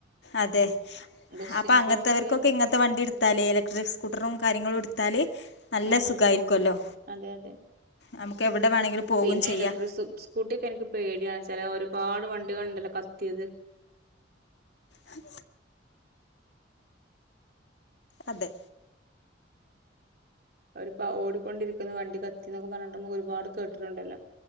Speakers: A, on the left; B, on the right.
A: അതെ
B: പക്ഷെ
A: അപ്പൊ അങ്ങത്തെവർക്കൊക്കെ
B: നമുക്ക്
A: ഇങ്ങനത്തെ വണ്ടി എടുത്താലേ ലൈ ക്സ് സ്കൂട്ടറും കാര്യങ്ങളും എടുത്താല് നല്ല
B: അതെ
A: സുഖമായിരിക്കുവല്ലോ
B: അതെ അതെ
A: നമുക്ക് എവിടെ വേണെങ്കിലും പോകും
B: പിന്നെ
A: ചെയ്യാ
B: ഇലക്ട്രിക് സ്കൂട്ടി എനിക്ക് പേടിയാന്ന് വെച്ചാല് ഒരുപാട് വണ്ടികൾണ്ടല്ലോ കത്തിയത്
A: അ <inaudible> അതെ
B: ഒരു പ ഓടിക്കൊണ്ടിരിക്കുന്ന വണ്ടി കത്തിന്നൊക്കെ പറഞ്ഞിട്ട് ഇമ്മക്ക് ഒരുപാട് കേട്ടിട്ടുണ്ടല്ലോ